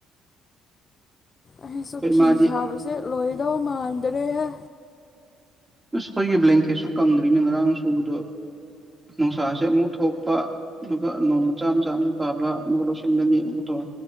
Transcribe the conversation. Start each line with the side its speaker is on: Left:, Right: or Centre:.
Left: ꯑꯩꯁꯨ
Right: ꯑꯩꯈꯣꯏ
Left: ꯐꯤ
Right: ꯏꯃꯥꯗꯤ
Left: ꯁꯥꯕꯁꯦ ꯂꯣꯏꯗꯧ ꯃꯥꯟꯗꯔꯦꯍꯦ
Right: ꯑꯁ ꯑꯩꯈꯣꯏꯒꯤ ꯕ꯭ꯂꯦꯡꯀꯦꯠꯁꯨ ꯀꯪꯗ꯭ꯔꯤꯅꯦ ꯉꯔꯥꯡ ꯁꯨꯕꯗꯣ ꯅꯨꯡꯁꯥꯁꯦ ꯑꯃꯨꯛ ꯊꯣꯛꯄ ꯑꯗꯨꯒ ꯅꯣꯡ ꯃꯆꯥ ꯃꯆꯥ ꯑꯃꯨꯛ ꯇꯥꯕ ꯑꯃꯨꯛ ꯂꯧꯁꯤꯜꯂꯅꯤ ꯑꯃꯨ ꯇꯧ